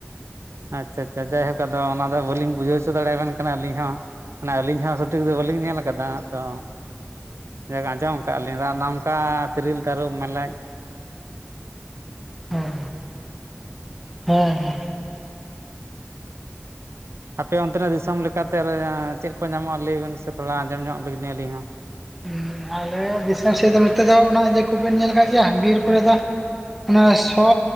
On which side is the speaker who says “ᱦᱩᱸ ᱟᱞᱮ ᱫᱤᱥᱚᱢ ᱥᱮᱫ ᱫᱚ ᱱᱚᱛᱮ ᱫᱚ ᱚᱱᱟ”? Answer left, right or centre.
Centre